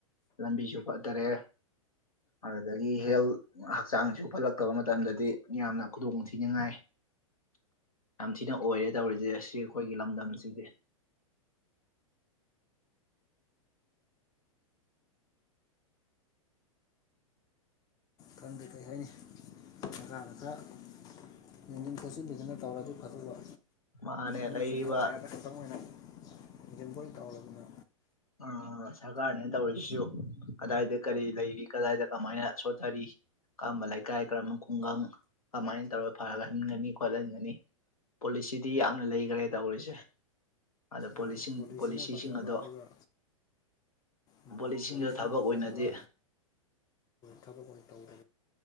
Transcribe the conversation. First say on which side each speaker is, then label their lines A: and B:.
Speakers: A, on the left; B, on the left.
A: ꯂꯝꯕꯤꯁꯨ ꯐꯠꯇꯔꯦ ꯑꯗꯨꯗꯒꯤ ꯍꯦꯜꯊ ꯍꯛꯆꯥꯡꯁꯨ ꯐꯠꯂꯛꯇꯕ ꯃꯇꯝꯗꯗꯤ ꯌꯥꯝꯅ ꯈꯨꯗꯣꯡ ꯊꯤꯅꯤꯡꯉꯥꯏ ꯌꯥꯝ ꯊꯤꯅ ꯑꯣꯏꯔꯦ ꯇꯧꯔꯤꯁꯦ ꯑꯁꯤ ꯑꯩꯈꯣꯏꯒꯤ ꯂꯝꯗꯝꯁꯤꯗꯤ
B: ꯈꯪꯗꯦ ꯀꯔꯤ ꯍꯥꯏꯅꯤ ꯀꯥꯗ ꯈꯔ ꯌꯦꯡꯁꯤꯟ ꯈꯣꯠꯆꯤꯟꯕꯤꯗꯨꯅ ꯇꯧꯔꯗꯤ ꯐꯗꯕ
A: ꯃꯥꯅꯦ
B: ꯃꯣꯏꯁꯨ
A: ꯂꯩꯔꯤꯕ
B: ꯚꯣꯠ ꯃꯌꯥꯗ ꯈꯛꯇꯪ ꯑꯣꯏꯅ ꯌꯦꯕꯨ ꯀꯥꯎꯅ
A: ꯑ ꯁꯔꯀꯥꯔꯅꯦꯅ ꯇꯧꯔꯤꯁꯤꯁꯨ ꯀꯗꯥꯏꯗ ꯀꯔꯤ ꯂꯩꯔꯤ ꯀꯗꯥꯏꯗ ꯀꯃꯥꯏꯅ ꯁꯣꯊꯔꯤ ꯀꯔꯝꯕ ꯂꯩꯀꯥꯏ ꯀꯔꯝꯕ ꯈꯨꯡꯒꯪ ꯀꯃꯥꯏꯅ ꯇꯧꯔꯒ ꯐꯔꯒ ꯍꯟꯒꯅꯤ ꯈꯣꯠꯍꯟꯒꯅꯤ ꯄꯣꯂꯤꯁꯤꯗꯤ ꯌꯥꯝꯅ ꯂꯩꯈ꯭ꯔꯦ ꯇꯧꯔꯤꯁꯦ ꯑꯗꯣ
B: ꯃꯥꯅꯤ ꯄꯣꯂꯤꯁꯤꯅ
A: ꯄꯣꯂꯤꯁꯤꯁꯤꯡ
B: ꯐꯖꯕ
A: ꯑꯗꯣ
B: ꯑꯗꯨꯒ
A: <inaudible>
B: ꯎꯝ
A: ꯄꯣꯂꯤꯁꯤꯡꯗꯣ
B: ꯄꯣꯂꯤꯁꯁꯤꯅ
A: ꯊꯕꯛ
B: ꯐꯖꯔꯒ
A: ꯑꯣꯏꯅꯗꯤ
B: ꯊꯕꯛ ꯑꯣꯏꯅ ꯇꯧꯒ